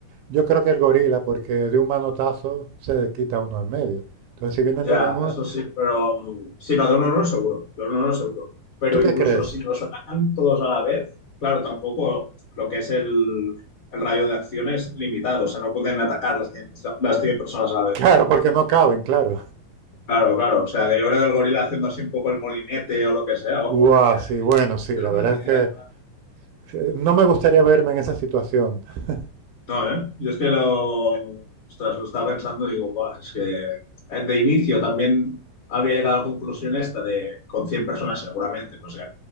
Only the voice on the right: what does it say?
yo creo que el gorila, porque de un manotazo se quita uno en medio. Entonces, si vienen
de una en una,
¿tú qué
crees?
<laughs>
Claro, porque no caben, claro.
Guau,
sí, bueno,
sí,
la
verdad
es que
eh, no me gustaría verme en esa situación. <laughs>